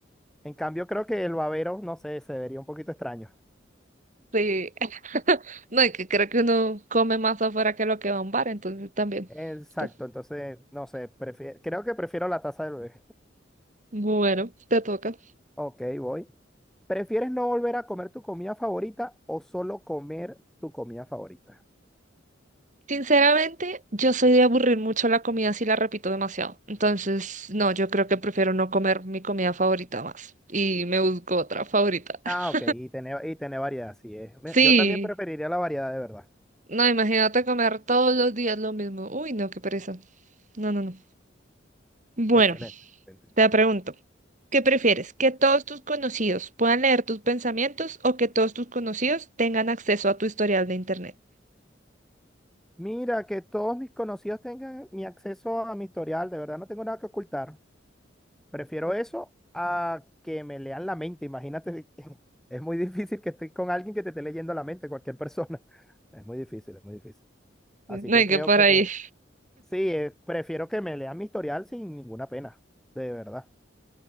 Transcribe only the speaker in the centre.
En cambio, creo que el babero, no sé, se vería un poquito extraño.
Exacto,
entonces, no sé, prefiero, creo que prefiero la taza del bebé. <laughs>
Ok, voy. ¿Prefieres no volver a comer tu comida favorita o solo comer tu comida favorita?
Ah, ok, y tiene, y tiene variedad, sí es. Me-
Yo también preferiría la variedad de verdad.
Excelente. excelente.
Mira, que todos mis conocidos tengan mi acceso a mi historial, de verdad no tengo nada que ocultar. Prefiero eso a que me lean la mente, imagínate. <laughs> Es muy difícil que estés con alguien que te esté leyendo la mente, cualquier persona. <laughs> Es muy difícil, es muy difícil.
Así que
creo
que
sí, eh, prefiero que me lean mi historial sin ninguna pena, de verdad.